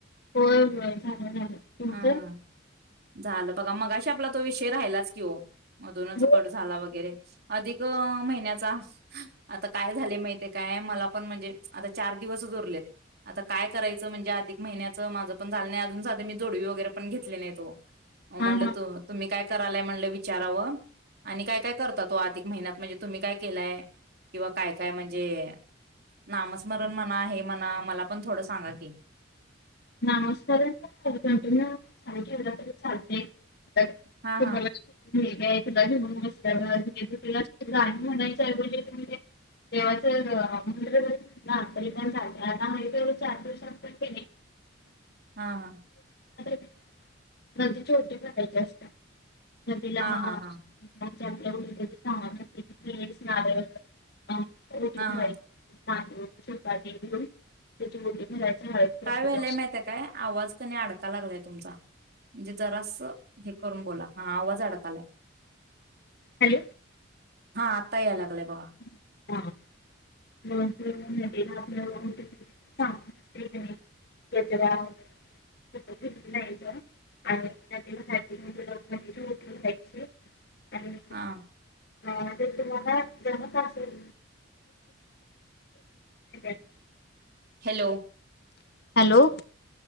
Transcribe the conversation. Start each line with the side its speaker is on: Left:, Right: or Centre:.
Left: होय होय झालं झालं तुमचं,
Right: हा हा, झालं बघा मगाशी ते आपला तो विषय राहिलाच कि हो. मधूनच
Left: हो
Right: कट झाला वगैरे अधिक महिन्याचा आता काय झाले माहितेय काय मला पण म्हंजे आता चार दिवसच उरलेत. आता काय करायचं म्हंजे आधिक महिन्यांचं माझं पण झालं नाही, अजून साध मी जोडवी वगैरे पण घेतले नाहीत वो. अ
Left: हा
Right: म्हणलं
Left: हा
Right: तुम्ही काय करालाय म्हणलं विचारावं आणि काय काय करता तो अधिक महिन्यात म्हंजे, तुम्ही काय केलाय किंवा काय? काय म्हंजे नामस्मरण म्हणा हे म्हणा मला पण थोडं सांगा की.
Left: नामस्मरण का कंटिन्यूस केला तरी चालतंय. तर
Right: हा
Left: तुम्हाला
Right: हा
Left: तुला घेऊून बसल्यावर तुला गाण म्हणायच ऐवजी तुम्ही ते देवाचं हे म्हणल तरी, पण चालतंय हाय तेवढं चार दिवसात पण केल
Right: हां हां.
Left: नदी छोटी करायची असतें. नदीला
Right: हा
Left: हां
Right: हा हा हा
Left: ते आपल्या <unintelligible> हां ओटी
Right: हा
Left: भरायची. तांदूळ चपाती घेऊन त्याची ओटी भरायची हळद
Right: काय
Left: कुंकू
Right: व्हायलाय
Left: लावून
Right: माहिते काय आवाज कनी अडका लागलाय तुमचा. म्हंजे जरास हे करून बोला. आवाज अडकालाय.
Left: हॅलो
Right: हा आत्ता याय लागलाय बघा.
Left: <unintelligible> <unintelligible> <unintelligible>
Right: हा
Left: ह ते तुम्हाला जमत असेल <unintelligible>
Right: हॅलो.
Left: हॅलो.